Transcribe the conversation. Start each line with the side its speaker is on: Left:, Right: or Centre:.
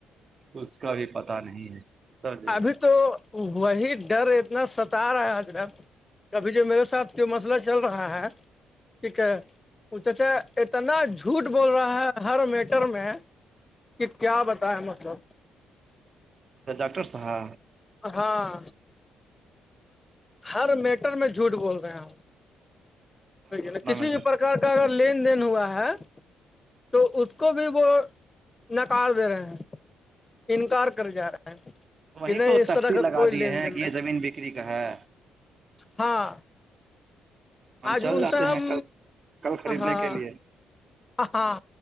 Right: اس کا بھی پتا پ نہیں ہے سرض ہے
Left: ابھی تو وہی ڈر اتنا ستا رہا حجر ابھی جو میرے ساتھ جو مسئلہ چل رہا ہے ٹھیک ہے اچھا اتنا جھوٹ بول رہا ہے ہر میٹر میں کہ کیا بت ہے مطلب
Right: ا ڈاکٹر صحا
Left: ہاں ہر میٹر میں جھوٹ بول رہے ہیں آپ
Right: ہر مسئلہ
Left: ن کسی
Right: میں
Left: بھی پرک کا اگر لین دین ہوا ہے تو اس کو بھی وہ نکار دے رہے ہیں انکار کر جا رہا ہے
Right: وہیں
Left: کہ نہیں
Right: کو
Left: اس
Right: تشتی
Left: طرح کا
Right: لگا
Left: کوئی
Right: دیے
Left: لین
Right: ہیں
Left: دین
Right: کہ یہ
Left: نہیں
Right: زمین بکری کا ہے
Left: ہاں
Right: ہم
Left: آج
Right: چل
Left: ان
Right: جاتے
Left: سے
Right: ہیں
Left: ہم
Right: کل کل خریدنے
Left: ہاں
Right: کے لیے
Left: ہاں